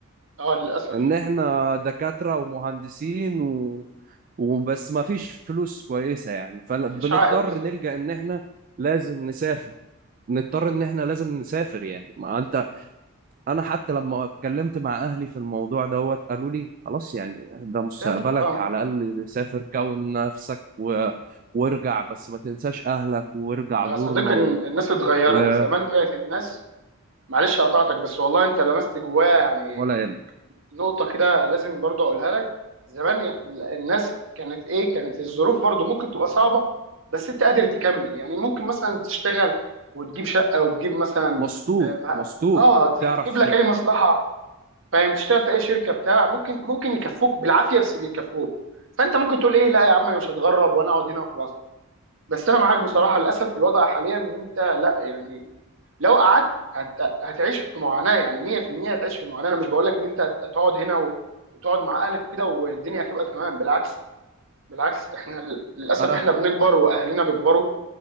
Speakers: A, on the right; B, on the right.
A: اه للاسف
B: ان احنا دكاترة ومهندسين و... وبس ما فيش فلوس كويسة يعني فبنضطر
A: مفيش عائد بالظبط
B: نلجأ ان احنا لازم نسافر نضطر ان احنا لازم نسافر يعني ما انت انا حتى لما اتكلمت مع اهلي في الموضوع دوت قالوا لي خلاص يعني ده مستقبلك
A: سافر اه
B: على الاقل سافر كون نفسك و... وارجع بس ما تنساش اهلك وارجع
A: يا صديقي
B: زورنا
A: الن-
B: و...
A: الناس اتغيرت
B: و...
A: زمان كانت الناس معلش قطعتك بس والله انت لمست جوايا يعني
B: ولا يهمك
A: نقطة كده لازم برضو أقولها لك زمان ي- الناس كانت إيه كانت الظروف برضو ممكن تبقى صعبة بس أنت قادر تكمل يعني ممكن مثلا تشتغل وتجيب شقة وتجيب مثلا
B: مستور
A: آه مع-
B: مستور
A: آه، ت-
B: تعرف
A: تجيب لك
B: ت...
A: أي مصلحة فاهم تشتغل في أي شركة بتاع ممكن ممكن يكفوك بالعافية بس بيكفوك فأنت ممكن تقول إيه لا يا عم أنا مش هتغرب وأنا أقعد هنا وخلاص بس أنا معاك بصراحة للأسف الوضع حاليا إن أنت لا يعني لو قعدت هت... هتعيش في معاناه يعني 100% هتعيش في معاناه انا مش بقول لك ان انت هت- هتقعد هنا و... وتقعد مع اهلك وكده والدنيا هتبقى تمام بالعكس بالعكس احنا ل- للاسف
B: انا
A: احنا بنكبر واهالينا بيكبروا